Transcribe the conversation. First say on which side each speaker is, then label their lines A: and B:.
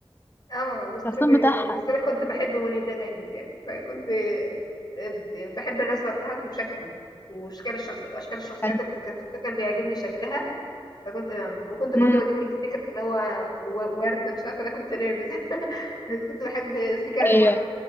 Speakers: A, on the left; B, on the left.
A: <laughs> اه وستروبري
B: الكرتون بتاعها
A: دي برضو بس انا كنت بحب ويني ده جامد يعني فكنت آه، بحب الرسمه بتاعته وشكله واشكال الشخصيه اشكال الشخصيات
B: كان
A: اللي في الكرتون ده كان بيعجبني شكلها فكنت بعملها وكنت
B: مم.
A: برضو بجيب الستيكر اللي هو و- ورد مش عارفه انا كنت نيرفز <laughs> كنت بحب ستيكر الورد
B: أيوه